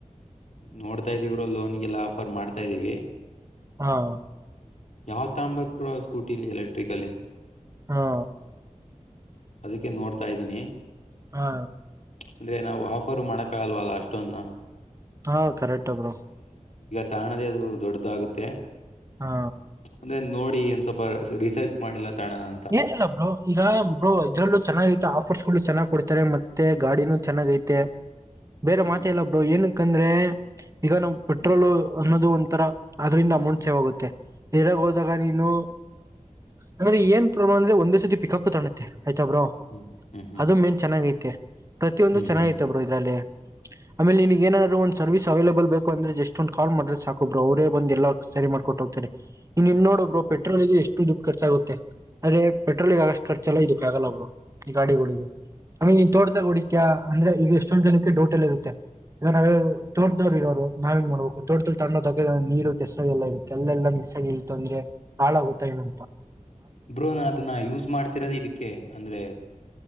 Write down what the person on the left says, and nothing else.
ನೋಡ್ತಾ ಇದೀವಿ ಬ್ರೋ ಲೋನ್ಗೆಲ್ಲ ಆಫರ್ ಮಾಡ್ತಾ ಇದ್ದೀವಿ
ಯಾವ ತಾಂಬಬೇಕು ಬ್ರೋ ಸ್ಕೂಟಿಲಿ ಎಲೆಕ್ಟ್ರಿಕ ಅಲ್ಲಿ
ಅದಕ್ಕೆ ನೋಡ್ತಾ ಇದೀನಿ
ಅಂದ್ರೆ ನಾವು ಆಫರ್ ಮಾಡಕ್ಕಾಗಲ್ವಲ್ಲ ಅಷ್ಟೊಂದ್ ನ
ತಾಣದೇ ಅದು ದೊಡ್ಡದಾಗುತ್ತೆ
ಅಂದ್ರೆ ನೋಡಿ ಎ ಸ್ವಲ್ಪ ರಿಸರ್ಚ್ ಮಾಡಿಲ್ಲ ತಾಣನ ಅಂತ
ಹ್ಮ್
ಹ್ಮ್ ಹ್ಮ್ ಹ್ಮ್
ಹ್ಮ್
ಹ್ಮ್ ಹ್ಮ್
ಬ್ರೋ ನು ಅದನ್ನ ಯೂಸ್ ಮಾಡ್ತಿರೋದು ಇದಕ್ಕೆ ಅಂದ್ರೆ